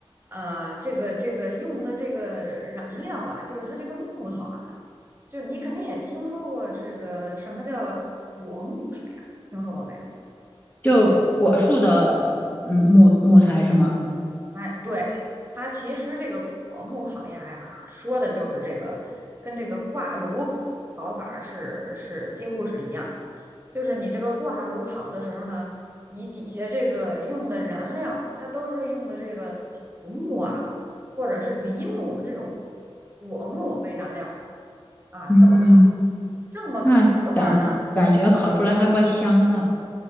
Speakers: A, on the right; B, on the left.
A: 呃，这个这个用的这个燃料啊，就是它这个木头啊，就是你肯定也听说过这个什么叫果木水啊，听说过没有？
B: 就果树的嗯木木材是吗？
A: 哎，对，它其实这个果木烤鸭呀，说的就是这个，跟这个挂炉烤法儿是是几乎是一样的就是你这个挂炉烤的时候呢，你底下这个用的燃料啊，它都是用的这个竹木啊，或者是梨木这种果木为燃料啊，
B: 嗯，
A: 这么烤。这么烤的话呢，
B: 那感感觉烤出来还怪香的。